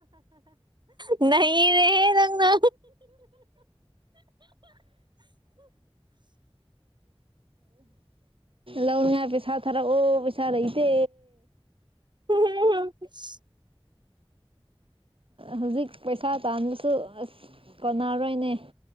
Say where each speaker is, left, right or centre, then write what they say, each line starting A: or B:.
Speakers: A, on the right; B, on the right.
A: ꯅꯩꯔꯦꯍꯦ ꯅꯪꯅ
B: ꯂꯥꯎꯅꯤꯡꯌꯥ ꯄꯩꯁꯥ ꯊꯔ ꯑꯣ ꯄꯩꯁꯥ ꯂꯩꯗ
A: ꯍ
B: ꯍꯧꯖꯤꯛ ꯄꯩꯁꯥ ꯇꯥꯟꯕꯁꯨ ꯑꯁ ꯀꯣꯟꯅꯔꯣꯏꯅꯦ